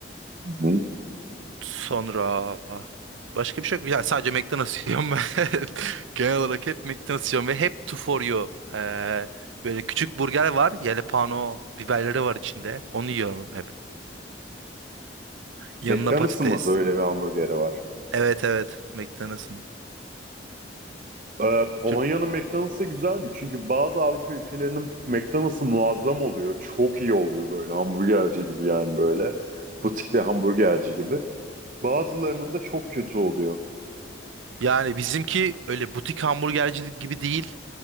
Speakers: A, on the right; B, on the right.
A: Hı.
B: Sonra başka bir şey yok. Yani sadece McDonald's yiyorum ben. <laughs> Genel olarak hep McDonald's yiyorum ve hep two for you. Ee, böyle küçük burger var. Jalapeno biberleri var içinde. Onu yiyorum hep. Yanına
A: McDonald's'ın
B: patates.
A: mı böyle bir hamburgeri var?
B: Evet evet McDonald's'ın.
A: Ee, Polonya'nın
B: Tür-
A: McDonald's'ı güzel mi? Çünkü bazı Avrupa ülkelerinin McDonald's'ı muazzam oluyor. Çok iyi oluyor böyle hamburgerci gibi yani böyle. Butik bir hamburgerci gibi. Bazılarının da çok kötü oluyor.
B: Yani bizimki öyle butik hamburgercilik gibi değil.